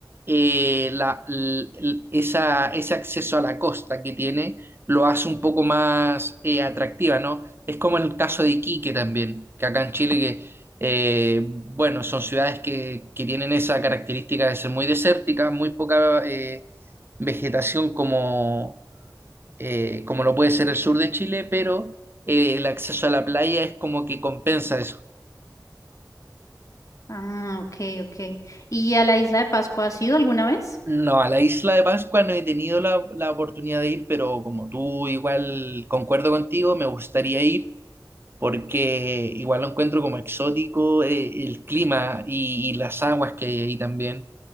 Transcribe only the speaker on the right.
eh, la- l- l- esa- ese acceso a la costa que tiene lo hace un poco más eh, atractiva, ¿no? Es como el caso de Iquique también, que acá en Chile, que, eh, bueno, son ciudades que, que tienen esa característica de ser muy desérticas, muy poca eh, vegetación como, eh, como lo puede ser el sur de Chile, pero eh, el acceso a la playa es como que compensa eso.
No, a la isla de Pascua no he tenido la, la oportunidad de ir, pero como tú igual concuerdo contigo, me gustaría ir porque igual lo encuentro como exótico, eh, el clima y, y las aguas que hay ahí también